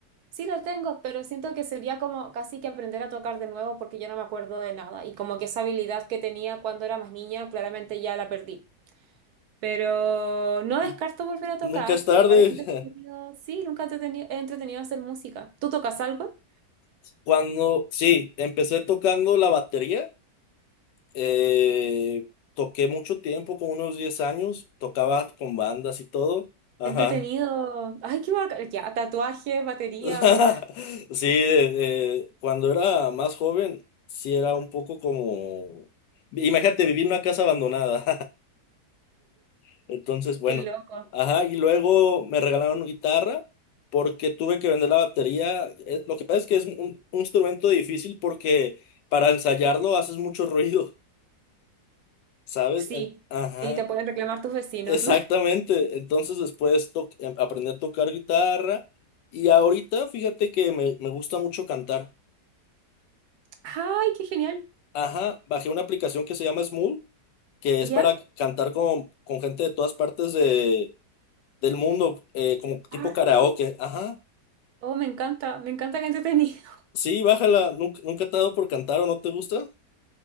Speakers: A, on the right; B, on the left.
A: Sí lo tengo, pero siento que sería como casi que aprender a tocar de nuevo porque ya no me acuerdo de nada. Y como que esa habilidad que tenía cuando era más niña, claramente ya la perdí. Pero no
B: y
A: descarto volver a tocar.
B: nunca es tarde.
A: Igual he entretenido, sí, nunca he entretenido, he entretenido hacer música. ¿Tú tocas algo?
B: <laughs> Cuando, sí, empecé tocando la batería, eh, toqué mucho tiempo, como unos 10 años, tocaba con bandas y todo. Ajá.
A: Entretenido. Ay, qué bacán. Ya, tatuajes, batería,
B: <laughs>
A: <laughs> venga.
B: Sí, de- eh, cuando era más joven, sí era un poco como, imagínate vivir en una casa abandonada. <laughs> Entonces, bueno,
A: Qué loco.
B: ajá, y luego me regalaron guitarra porque tuve que vender la batería. Eh, Lo que pasa es que es un, un instrumento difícil porque para ensayarlo haces mucho ruido, <laughs> ¿sabes?
A: Sí,
B: En- Ajá,
A: sí, te pueden reclamar tus vecinos.
B: exactamente. Entonces después to- em- aprendí a tocar guitarra y ahorita fíjate que me me gusta mucho cantar.
A: <laughs> Ay, qué genial.
B: Ajá, bajé una aplicación que se llama Smule, que es
A: ¿Ya?
B: para cantar con, con gente de todas partes de, del mundo, eh, como tipo
A: Ay,
B: karaoke. Ajá,
A: Oh, me encanta, me encanta que entretenido. <laughs>
B: sí, bájala. ¿Nunca, nunca te ha dado por cantar o no te gusta?